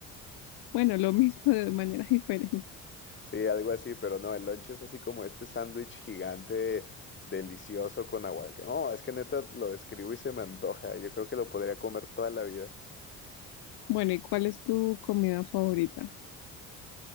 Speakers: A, on the left (about 65°); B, on the left (about 30°).
A: Bueno, lo mismo de manera <laughs> diferente.
B: Sí, algo así, pero no, el lonche es así como este sándwich gigante. Delicioso con aguacate. No, es que neta lo describo y se me antoja. Yo creo que lo podría comer toda la vida.
A: Bueno, ¿y cuál es tu comida favorita?